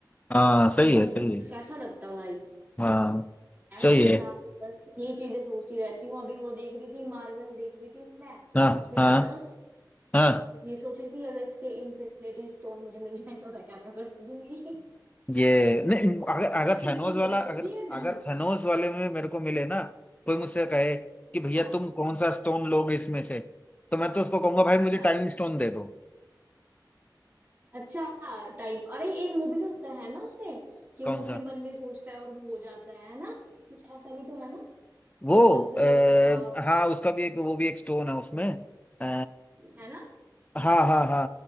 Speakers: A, on the left; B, on the right.
A: हाँ
B: तो
A: सही
B: मतलब
A: है सही है
B: कैसा लगता भाई
A: हाँ
B: ऐसे
A: सही
B: ही
A: है
B: यार बस यही चीजें सोचती रहती हूँ अभी वो देख रही थी मार्वल देख रही थी मैं
A: हाँ
B: उसमें
A: हाँ
B: थैनोस
A: हाँ
B: तो ये सोच रही थी अगर इसके इन्फिनिटी स्टोन मुझे मिल जाए तो मैं क्या क्या कर दूंगी <laughs>
A: ये नहीं अगर अगर
B: मैं चुटकी
A: थेनोस वाला
B: बजाऊंगी
A: अगर
B: या नहीं
A: अगर थेनोस वाले में मेरे को मिले ना कोई मुझसे कहे कि भैया
B: हाँ
A: तुम कौन सा स्टोन लोगे इसमें से तो मैं तो उसको कहूंगा भाई मुझे
B: हाँ
A: टाइम स्टोन दे दो
B: अच्छा टाइम अरे एक मूवी तो होता है ना उसमें कि
A: कौन
B: वो अपने
A: सा
B: मन में सोचता है और वो हो जाता है है ना कुछ ऐसा भी तो है ना कि
A: वो
B: वो मन से सोचता था
A: आ, हाँ उसका भी एक वो भी एक स्टोन है उसमें आ,
B: है ना
A: हाँ हाँ हाँ